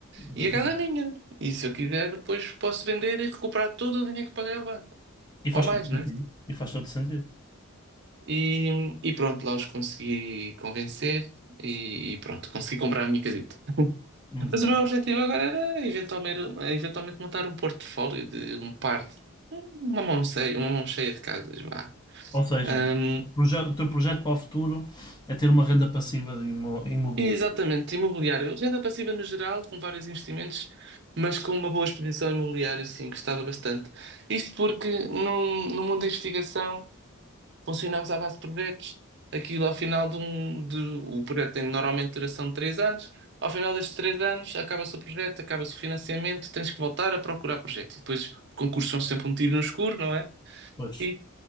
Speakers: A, on the left; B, on the right.
A: exatamente.
B: E a casa é minha. E se eu quiser, depois posso vender e recuperar todo o dinheiro que paguei ao banco.
A: E
B: Ou
A: faz
B: mais,
A: todo
B: né?
A: sentido. E faz todo sentido.
B: E, e pronto, lá os consegui convencer e, e pronto, consegui comprar a minha casita.
A: Muito
B: Mas
A: bem.
B: o meu objetivo agora era eventualmente, eventualmente montar um portfólio de um par, de- uma mão cheia, uma mão cheia de casas, vá.
A: Ou seja,
B: Ahm,
A: o proje- o teu projeto para o futuro é ter uma renda passiva de imo- imobiliária.
B: e exatamente, imobiliário, renda passiva no geral, com vários investimentos, mas com uma boa exposição imobiliária, sim, gostava bastante. Isto porque no, no mundo da investigação. Funcionamos à base de projetos. Aquilo ao final de um. De, o projeto tem normalmente duração de três anos. Ao final destes três anos, acaba-se o projeto, acaba-se o financiamento, tens que voltar a procurar projeto. E depois os concursos são sempre um tiro no escuro, não é?
A: Pois.
B: E